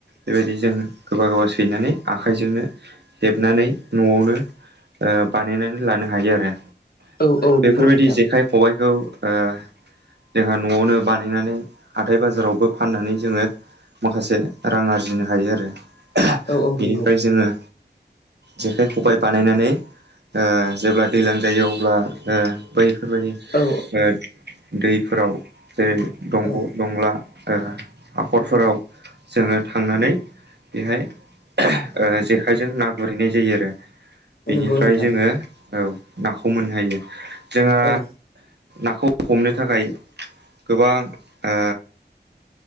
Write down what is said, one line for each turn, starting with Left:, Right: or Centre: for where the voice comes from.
Right: बेबायदि जों गोबा गोबा सैनानै आखाइजोंनो हेबनानै न'आवनो ओ बानायनानै लानो हायो आरो
Left: औ औ
Right: बेफोरबायदि
Left: नंगौ नोंथां
Right: जेखाइ खबाइखौ ओ जोंहा न'आवनो बानायनानै हाथाय बाजारावबो फाननानै जोङो माखासे रां आरजिनो हायो आरो बेनिफ्राय
Left: औ औ नंगौ
Right: जोङो जेखाइ खबबाय बानायनानै ओ जेब्ला दैज्लां जायो अ अब्ला ओ बैफोरबायदि
Left: औ
Right: ओ दैफोराव जेरै दंग'
Left: औ
Right: दंला ओ हाखरफोराव जोङो थांनानै बेहाय ओ जेखाइजों ना गुरहैनाय जायो आरो
Left: औ
Right: बेनिफ्राय
Left: नंगौ नोंथां
Right: जोङो औ नाखौ मोननो हायो जोंहा
Left: औ
Right: नाखौ हमनो थाखाय गोबां ओ